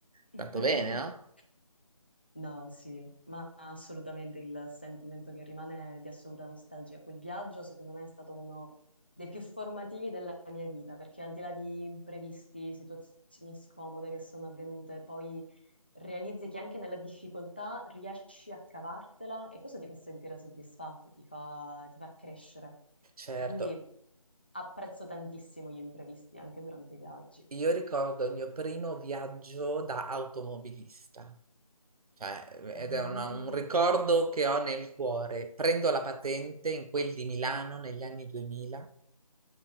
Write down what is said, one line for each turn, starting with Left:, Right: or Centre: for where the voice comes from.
Left: <laughs>
Right: tanto bene, no?
Left: No, sì, ma assolutamente il sentimento che rimane è di assoluta nostalgia. Quel viaggio, secondo me, è stato uno dei più formativi della mia vita, perché al di là di imprevisti, situazioni scomode che sono avvenute, poi realizzi che anche nella difficoltà riesci a cavartela e questo ti fa sentire soddisfatto, ti fa, ti fa crescere.
Right: Certo,
Left: E quindi apprezzo tantissimo gli imprevisti anche durante i viaggi.
Right: io ricordo il mio primo viaggio da automobilista, cioè,
Left: Mm,
Right: ed è una- un ricordo che ho nel cuore. Prendo la patente in quel di Milano negli anni 2000